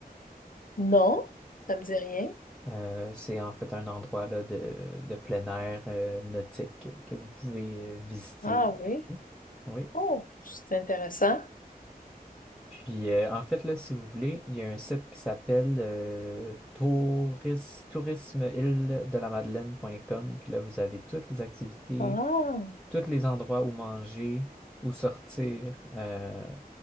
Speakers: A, on the left; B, in the centre.
A: Non, ça me dit rien.
B: Euh, c'est en fait un endroit là, de, de plein air euh, nautique que vous pouvez euh, visiter.
A: Ah oui.
B: aussi. Oui.
A: Oh, c'est intéressant.
B: Puis euh, en fait, là, si vous voulez, il y a un site qui s'appelle euh, touris- tourismeîle-de-la-Madeleine.com. Puis là, vous avez toutes les activités,
A: Ah,
B: tous les endroits où manger, où sortir. euh,